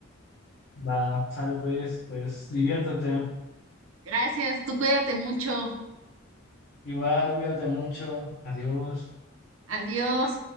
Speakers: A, on the left (about 55°); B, on the right (about 80°).
A: Va, sale pues, pues diviértete.
B: Gracias, tú cuídate mucho.
A: Igual, cuídate mucho. Adiós.
B: Adiós.